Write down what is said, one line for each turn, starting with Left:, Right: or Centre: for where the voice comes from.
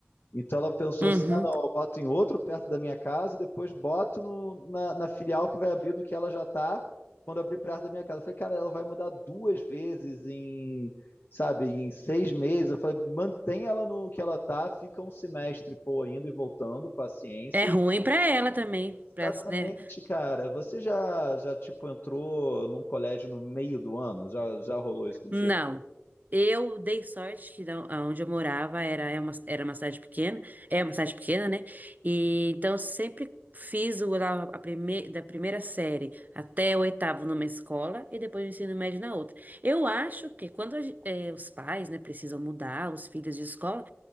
Left: Então ela pensou
Right: Uhum.
Left: assim: ah, não, eu boto em outro perto da minha casa e depois boto no- na, na filial que vai abrir do que ela já tá quando abrir perto da minha casa. Eu falei, cara, ela vai mudar duas vezes em, sabe, em seis meses. Eu falei, mantém ela no que ela tá, fica um semestre, pô, indo e voltando, paciência.
Right: É ruim pra ela também, pra,
Left: Exatamente,
Right: né?
Left: cara. Você já, já tipo, entrou num colégio no meio do ano? Já, já rolou isso contigo?
Right: Não. Eu dei sorte que da- onde eu morava era, é uma, era uma cidade pequena, é uma cidade pequena, né? E então eu sempre fiz o, a, a prime- da primeira série até o oitavo numa escola e depois o ensino médio na outra. Eu acho que quando a gen- eh, os pais, né, precisam mudar os filhos de escola,